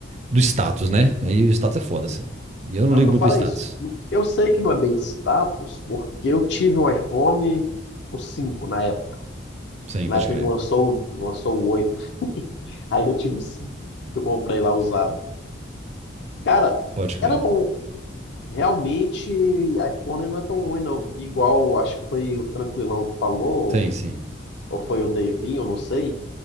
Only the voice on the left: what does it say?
Mas
é o que eu
falo
é isso. Eu sei que não é bem status, porque eu tive um iPhone, o 5 na época.
Na
época
que lançou, lançou o 8. <laughs> Aí eu tive o 5. Eu comprei lá usado. Cara,
era bom. Realmente, iPhone não é tão ruim, não. Igual, acho que foi o Tranquilão que falou,
ou foi o Davinho, eu não sei,